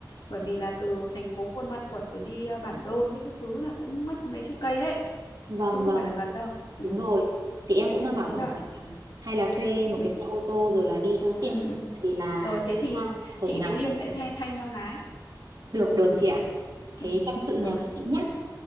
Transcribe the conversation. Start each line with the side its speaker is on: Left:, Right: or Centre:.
Left: bởi vì là từ thành phố Buôn Ma Thuột rồi đi ờ, Bản Đôn với các thứ là cũng mất mấy chục cây đấy
Right: Vâng
Left: chứ
Right: vâng,
Left: không phải là gần đâu ừ,
Right: đúng rồi. Thì em cũng đang bảo
Left: thế
Right: mọi
Left: Ừ. bảo
Right: người là hay là thuê một
Left: ừ,
Right: cái xe ô tô rồi là đi cho nó tiện
Left: ừ, ừ.
Right: tại vì là
Left: rồi thế thì
Right: xa trời
Left: chị
Right: nắng.
Left: với Liên sẽ thay thay nhau lái
Right: Được được chị ạ. Thế
Left: ừ,
Right: chăm sự nhờ
Left: rồi
Right: các chị nhé.